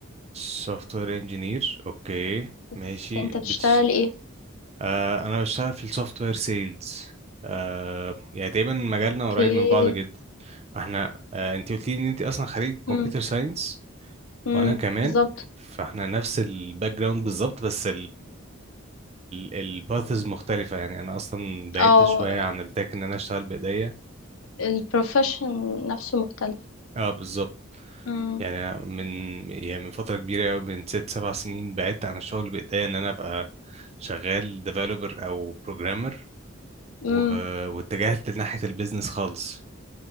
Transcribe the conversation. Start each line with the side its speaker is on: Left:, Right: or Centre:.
Right: سوفت وير انجينير اوكي
Left: بس
Right: ماشي
Left: انت
Right: بتش...
Left: بتشتغل ايه
Right: آه أنا بشتغل في السوفت وير سيلز آه يعني تقريبا مجالنا
Left: اوكي
Right: قريب من بعض جدا فاحنا آه انتي قلتي ان انتي أصلا خريج كمبيوتر
Left: امم
Right: ساينس
Left: امم
Right: وأنا كمان
Left: بالظبط
Right: فاحنا نفس الباك جراوند بالظبط بس الباثز مختلفة يعني أنا أصلا بعدت
Left: اه
Right: شوية عن التك إن أنا أشتغل بإيديا
Left: البروفيشن نفسه مختلف
Right: أه بالظبط
Left: امم
Right: يعني أنا من يعني من فترة كبيرة أوي، من ست سبع سنين بعدت عن الشغل بإيديا إن أنا أبقى شغال ديفلوبر أو بروجرامر
Left: امم
Right: و... واتجهت لناحية البيزنس خالص